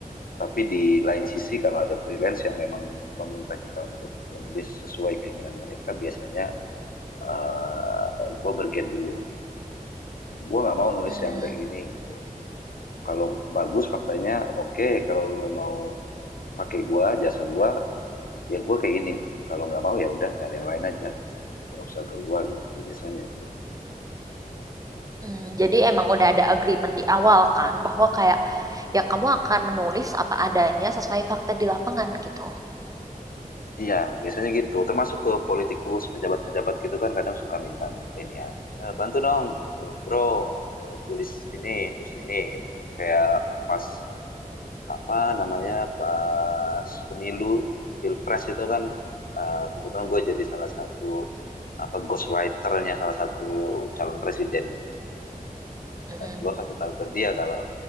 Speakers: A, on the left; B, on the right.
A: tapi di lain sisi kalau ada freelance yang memang meminta kita untuk menulis sesuai keinginan mereka, biasanya uh, gue bergen dulu. Gue nggak mau nulis
B: Mm,
A: yang kayak gini gitu. Kalau bagus faktanya oke, kalau lo mau pakai gue, jasa gue, ya gue kayak gini gitu. Kalau nggak mau ya udah cari yang lain aja. Nggak usah ke gue gitu biasanya sih.
B: mm. Jadi emang udah ada agreement di awal kan bahwa kayak ya kamu akan menulis apa adanya sesuai fakta di lapangan gitu.
A: Iya, biasanya gitu. Termasuk ke politikus, pejabat-pejabat gitu kan kadang suka minta-minta ini ya. "Eh, bantu dong, eh, bro, eh, tulis ini, tulis ini gitu. Kayak pas apa namanya, pas pemilu, pilpres itu kan eh, kebetulan gue jadi salah satu apa ghostwriternya salah satu calon presiden.
B: Mm-mm.
A: Gue kasih tahu ke dia kalau